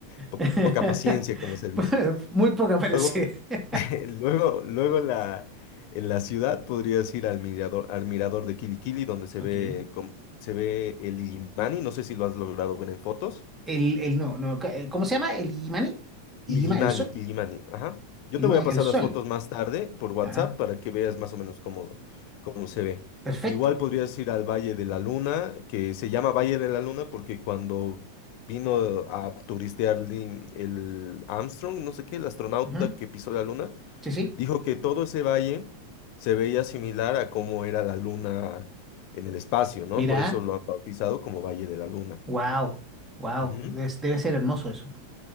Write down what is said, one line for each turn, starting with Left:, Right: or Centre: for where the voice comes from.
Left: po-
Centre: <laughs>
Left: poca paciencia, como se dice.
Centre: Muy poca parece.
Left: Luego,
Centre: <laughs>
Left: <laughs> luego, luego en la, en la ciudad podrías ir al mirador, al mirador de Quiliquili, donde se
Centre: Ok.
Left: ve, com- se ve el Illimani, no sé si lo has logrado ver en fotos.
Centre: El, el no, no, ca- eh, ¿cómo se llama? El Illimani. Illima,
Left: Illimani,
Centre: el sol.
Left: Illimani, ajá. Yo te
Centre: Illimani,
Left: voy a pasar
Centre: el
Left: las
Centre: sol.
Left: fotos más tarde por WhatsApp
Centre: Ajá.
Left: para que veas más o menos cómo, cómo se ve.
Centre: Perfecto.
Left: Igual podrías ir al Valle de la Luna, que se llama Valle de la Luna porque cuando vino a turistear Lin- el Armstrong, no sé qué, el astronauta
Centre: Ujú.
Left: que pisó la Luna,
Centre: Sí, sí.
Left: dijo que todo ese valle se veía similar a cómo era la Luna en el espacio, ¿no?
Centre: Mira,
Left: Por eso lo han bautizado como Valle de la Luna.
Centre: wow, wow.
Left: Ujú.
Centre: Des- debe ser hermoso eso.